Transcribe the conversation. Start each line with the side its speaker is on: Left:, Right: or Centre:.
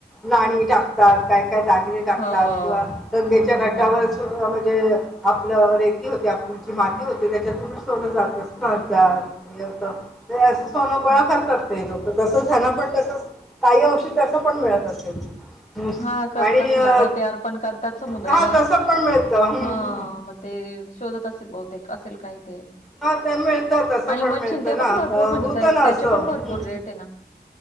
Centre: नाणी टाकतात काय काय दागिणे टाकतात
Left: हो.
Centre: किंवा गंगेच्या
Left: हं, हं,
Centre: घाटावरच
Left: हं, हं.
Centre: म्हणजे आपलं रेती होते आपजची माती होते त्याच्यातून सोनं जात असणार त्यात. अस सोनं गोळा
Left: हं.
Centre: करतात ते लोक तसच ह्यांना पण तसच काही होऊ शक - तस पण मिळत असेल हम्म.
Left: हा करत
Centre: आणि
Left: असेल
Centre: अ,
Left: आता ते अर्पण करतात समुद्राला
Centre: हा तसं पण मिळतं हं,
Left: हा
Centre: हं.
Left: म ते शोधत असेल बहुतेक असेल काय ते
Centre: हा ते मिळतं तसं
Left: आणि
Centre: पण
Left: मच्छिन
Centre: मिळतं
Left: ते
Centre: ना
Left: पण भरपूर
Centre: अ,
Left: म्हणजे
Centre: होतं ना
Left: त्याचे
Centre: असं
Left: पण
Centre: हं.
Left: भरपूर रेट आहे ना